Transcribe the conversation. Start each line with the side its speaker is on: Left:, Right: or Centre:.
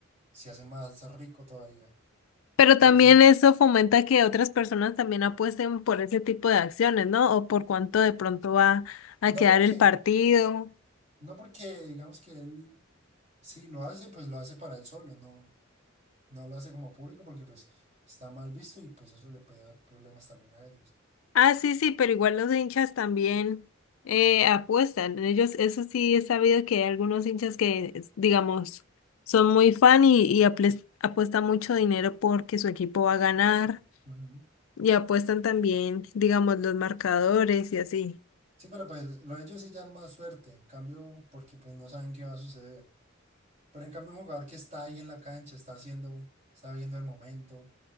Right: se hace más rico todavía.
Left: Pero
Right: Por
Left: también
Right: ese,
Left: eso fomenta que otras personas también apuesten por ese tipo de acciones, ¿no? O por cuánto de pronto va a
Right: no
Left: quedar
Right: porque,
Left: el partido.
Right: no porque digamos que él sí lo hace, pues lo hace para él solo, no, no lo hace como público porque pues está mal visto y pues eso le puede dar problemas también a ellos.
Left: Ah, sí, sí, pero igual los hinchas también eh, apuestan. Ellos, eso sí, he sabido que hay algunos hinchas que, es- digamos, son muy fan y, y aples- apuestan mucho dinero porque su equipo va a ganar
Right: Ujú.
Left: y apuestan también, digamos, los marcadores y así.
Right: Sí, pero pues lo de ellos sí ya es más suerte, en cambio, porque pues no saben qué va a suceder. Pero en cambio un jugador que está ahí en la cancha, está haciendo, está viendo el momento,